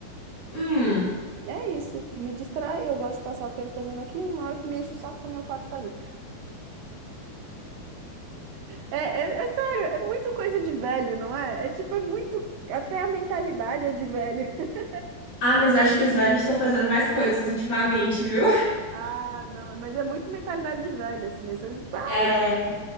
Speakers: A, on the left; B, on the right.
A: Hum.
B: É isso, me distrai, eu gosto de passar o tempo fazendo aquilo, na hora que me enche o saco também eu paro de fazer. É, é, é sério, é muito coisa de velho, não é? É tipo, é muito. Até a mentalidade é de velho. <laughs>
A: Ah, mas eu acho que os velhos estão fazendo mais coisas ultimamente, viu?
B: Ah, não, mas é muito mentalidade de velho, assim. Essa, tipo, ah,
A: É.
B: né?